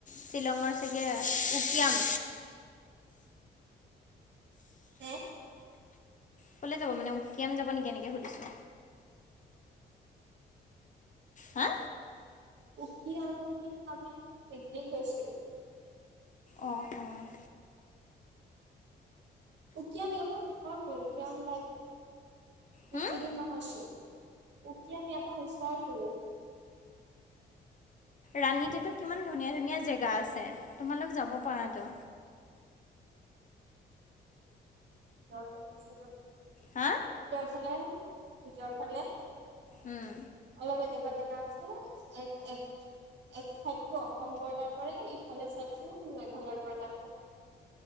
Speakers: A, on the left; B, on the right.
A: শ্বিলঙৰ চাগে উকিয়াম।
B: হে?
A: ক'লে যাব মানে উকিয়াম যাব নেকি এনেকে সুধিছো? হা?
B: উকিয়াম আমি পিকনিক গৈছিলো।
A: অ', অ'।
B: উকীয়াম ইয়াৰ ওচৰটো কিয়ন লাই
A: হুম
B: বেছি দূৰ নহয়তো, উকীয়াম ইয়াৰ ওচৰটো।
A: ৰাণীতেটো কিমান ধুনীয়া ধুনীয়া জেগা আছে। তোমালোক যাব পাৰাটো।
B: যাব লাগিছিলে।
A: হা?
B: ছিলে ভিতৰ ফালে।
A: উম
B: অলপ এনেকুৱা জেগাত আছে এক, এক, এক চাইডটো অসম বৰ্ডাৰ পৰে ইফালে চাইডটো মেঘালয় বৰ্ডাৰ পৰে।